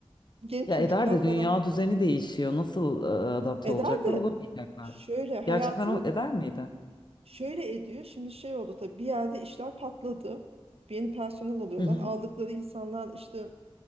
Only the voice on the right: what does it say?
genç
çocuklar
falan
eder
de
şöyle hayatı
şöyle ediyor. Şimdi şey oldu tabii bir yerde işler patladı. Bir Yeni personel alıyorlar.
Aldıkları insanlar işte